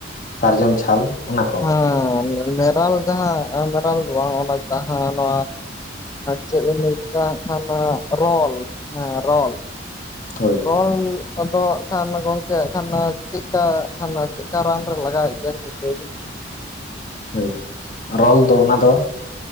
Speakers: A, on the left; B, on the left.
A: ᱥᱟᱨᱡᱚᱢ ᱪᱷᱟᱞ, ᱚᱱᱟ ᱠᱚ
B: ᱦᱩ ᱢᱮᱨᱟᱞ ᱡᱟᱦᱟᱸ ᱢᱮᱨᱟᱞ ᱫᱚ ᱵᱟᱝ ᱚᱱᱟ ᱡᱟᱦᱟᱸ ᱱᱚᱣᱟ ᱪᱮᱫ ᱵᱤᱱ ᱞᱟᱹᱭ ᱠᱮᱫᱟ? ᱱᱟᱜ ᱠᱷᱟᱱ ᱟ ᱨᱚᱞ ᱦᱮ ᱨᱚᱞ
A: ᱦᱳᱭ
B: ᱞ ᱠᱚᱫᱚ ᱟᱜ ᱠᱷᱟᱱ ᱜᱚᱝᱠᱮ ᱠᱷᱟᱱ ᱪᱮᱜᱠᱟ ᱠᱷᱟᱱ ᱪᱮᱜᱠᱟ ᱨᱟᱱ ᱨᱮ ᱞᱟᱜᱟᱜ ᱜᱮᱭᱟ? ᱞᱟᱹᱭ ᱵᱤᱱ ᱥᱮ
A: ᱦᱳᱭ ᱨᱚᱞ ᱫᱚ ᱚᱱᱟ ᱫᱚ